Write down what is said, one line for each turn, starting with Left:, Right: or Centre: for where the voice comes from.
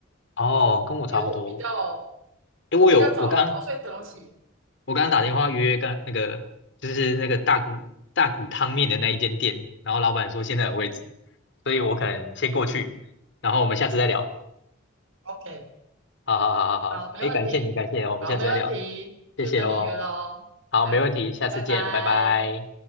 Left: 哦，跟我差不多。
Right: 因为我比较
Left: 哎，
Right: 我比较早早睡早起。
Left: 我有我刚我刚刚打电话约跟那个就是那个大骨大骨汤面的那一间店，然后老板说现在有位置，所以我可能先过去，然后我们下次再聊。
Right: OK，
Left: 好好好好好，
Right: 好，没问题，
Left: 哎，感谢你，感谢你，我们下次再聊，
Right: 好，没问题，
Left: 谢谢喽。
Right: 就等你约喽，
Left: 好，
Right: 拜拜拜。
Left: 没问题，下次见，拜拜。